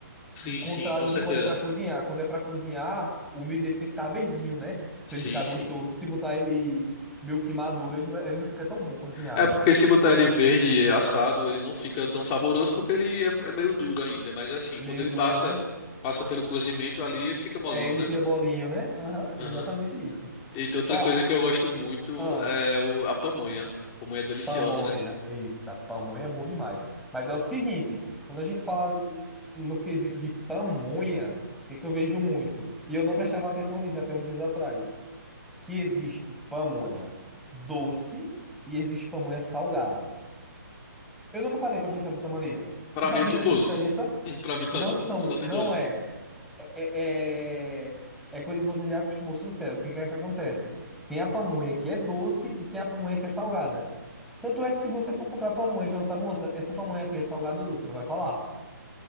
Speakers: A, on the left; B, in the centre.
A: Sim,
B: Contrário
A: sim, com certeza.
B: de quando é para cozinhar. Quando é para cozinhar, o milho ele tem que estar verdinho, né?
A: Sim,
B: Pra ele ficar
A: sim.
B: gostoso. Se botar ele meio que maduro, ele não, é, ele não fica tão bom cozinhado.
A: É porque se botar ele verde assado, ele não fica tão saboroso porque ele é, é meio duro ainda. Mas assim,
B: Meio
A: quando ele
B: duro,
A: passa
B: né?
A: passa pelo cozimento ali, ele fica molinho,
B: É, ele
A: né?
B: fica bolinho, né? Aham,
A: Aham.
B: exatamente isso.
A: E tem outra
B: Ó,
A: coisa que eu gosto muito
B: ah,
A: é o- a pamonha. Pamonha é deliciosa,
B: pamonha.
A: né?
B: Eita, pamonha é bom demais. Mas é o seguinte, quando a gente fala n- no quesito de pamonha, o que que eu vejo muito? E eu não prestava atenção nisso até uns dias atrás. Que existe pamonha doce e existe pamonha salgada. Eu nunca parei para pensar dessa maneira.
A: Pra
B: Tu sabia
A: mim é tudo
B: dessa
A: doce.
B: diferença?
A: <laughs> Pra mim só,
B: Não são,
A: só tem
B: não
A: doce.
B: é é, é, é é coisa que você já acostumou seu cérebro. O que que é que acontece? Tem a pamonha que é doce e tem a pamonha que é salgada. Tanto é que se você for comprar pamonha e perguntar, moça, essa pamonha aqui é salgada ou doce? Ela vai falar.